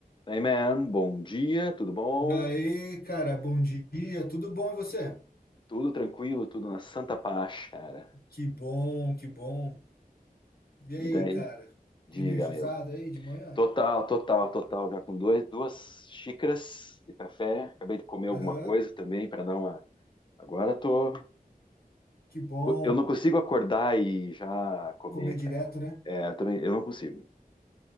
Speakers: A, on the left; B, on the left.
A: Daí, man, bom dia, tudo bom?
B: Daí, cara, bom dia, tudo bom e você?
A: Tudo tranquilo, tudo na santa paz, cara.
B: Que bom, que bom. E
A: E
B: aí,
A: daí?
B: cara,
A: Diga,
B: energizado
A: meu.
B: aí de manhã?
A: Total, total, total. Já com dois, duas xícaras de café. Acabei de comer
B: Aham,
A: alguma coisa também para dar uma. Agora tô.
B: que bom,
A: Eu não consigo
B: cara.
A: acordar e já comer,
B: Comer direto,
A: cara.
B: né?
A: É, eu também, eu não consigo.